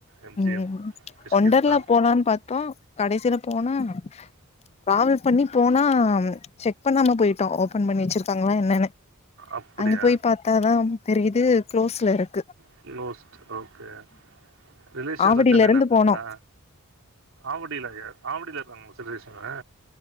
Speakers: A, on the right; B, on the left.
A: எம்
B: ம்
A: ஜி எம் கிஷ்கிந்தா
B: ஒண்டர்லா போலான்னு பாத்தோ கடைசியில போனா ட்ராவல் பண்ணி போனா செக் பண்ணாம போயிட்டோ ஓப்பன் பண்ணி வச் சுருக்காங்களா என்னன்னு
A: அப்டியா
B: அங்க போய் பாத்தாதா தெரியுது குளோஸ்ல இருக்
A: குளோஸ்ட் ஓகே ரிலேஷன்லா
B: ஆவடியில
A: சென்னைல
B: இருந்து
A: இருக்காங்களா
B: போனோ
A: ஆவடியிலயா ஆவடில உங்க சிலேஷனு